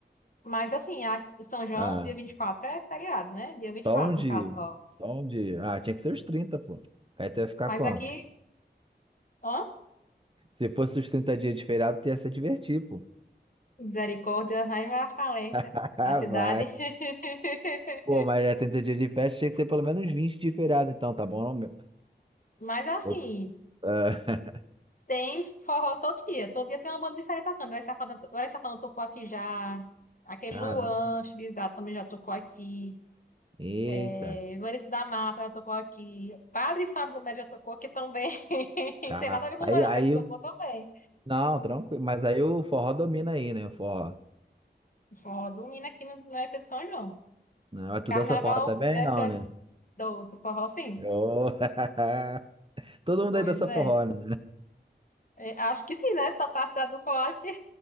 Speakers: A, on the left; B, on the right.
A: mas assim, aqui, São João,
B: Ah,
A: dia vinte e quatro é feriado, né? Dia vinte
B: só
A: e quatro
B: um dia.
A: no caso só.
B: Só um dia. Ah, tinha que ser os 30, pô. Aí tu ia ficar
A: Mas
B: como?
A: aqui, ó,
B: Se fosse os 30 dias de feriado, tu ia se divertir, pô.
A: misericórdia, aí vai a falência,
B: <laughs> Ah,
A: a cidade.
B: vai.
A: <laughs>
B: Pô, mas é 30 dias de festa, tinha que ser pelo menos 20 de feriado, então, tá bom, não, meu?
A: Mas assim,
B: Ô, ah,
A: Tem forró todo dia. Todo dia tem uma banda diferente tocando. Vai Safadão, Vai Safadão tocou aqui já. Aquele
B: caramba.
A: Luan Estilizado também já tocou aqui.
B: Eita.
A: É, Vanessa da Mata já tocou aqui. Padre Fábio Melo já tocou aqui também. <laughs> Não
B: Cara.
A: tem nada a ver com
B: Aí,
A: o Zorão,
B: aí,
A: mas tocou
B: o-
A: também.
B: não, tranquilo. Mas aí o forró domina aí, né? O forró.
A: O Forró do Mina aqui no, na época de São João.
B: Não, é tu
A: Carnaval
B: dança forró também?
A: é
B: Não,
A: que é
B: né?
A: do outro forró, sim.
B: Ô, <laughs> Todo mundo
A: Pois
B: aí dança
A: é.
B: forró, né?
A: É, acho que sim, né? Tá, tá a cidade do forró, acho que